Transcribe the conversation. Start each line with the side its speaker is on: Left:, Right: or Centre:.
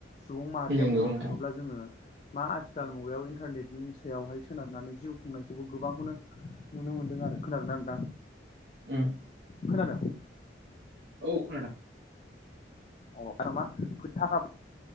Left: सुबुं माहारिया
Right: नंगौ
Left: बुंनो
Right: नोंथां
Left: थाङोब्ला जोङो मा आथिखाल मुगायाव इन्टारनेटनि सायावहाय सोनारनानै जिउ खुंनायखौबो गोबांखौनो नुनो मोन्दों आरो खोनादोंना नोंथां?
Right: ओम।
Left: खोनादों?
Right: औ खोनादों।
Left: आरो मा थाला फै